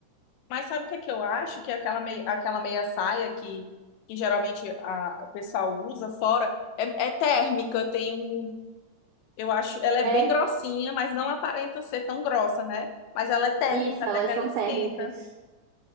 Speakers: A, on the left (about 85°); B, on the right (about 80°).
A: Mas sabe o que é que eu acho? Que é aquela, mei- aquela meia saia que, que geralmente a, o pessoal usa fora é, é térmica, tem um. Eu acho, ela é
B: É,
A: bem grossinha, mas não aparenta ser tão grossa, né? Mas ela é térmica,
B: isso,
A: até
B: elas
A: que ela
B: são
A: esquenta.
B: térmicas.